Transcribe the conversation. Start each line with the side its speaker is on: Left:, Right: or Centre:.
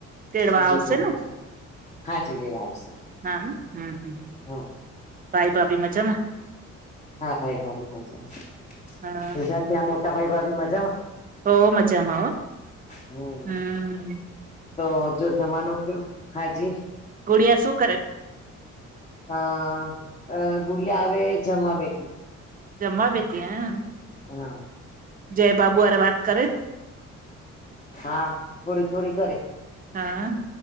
Right: તેડવા
Left: એવી
Right: આવશે ને
Left: થાશે હાજી લેવા આવશે.
Right: હા હ હા હા હા.
Left: હા.
Right: ભાઈ ભાભી મજામાં?
Left: હા ભાઈ ભાભી મજામાં.
Right: હા
Left: ગુજરાત ત્યાં મોટા ભાઈ ભાભી મજામાં?
Right: હોવ મજામાં હો
Left: હમ
Right: આ હમ્મ.
Left: તો જો જમાનો કેવું હાજી
Right: ગુડિયા શું કરે?
Left: હ અહ ગુડિયા આવે જમવા બેઠી.
Right: જમવા બેઠી એમ?
Left: હા.
Right: જય બાબુ આરે વાત કરે?
Left: હા, થોડી થોડી કરે.
Right: હા.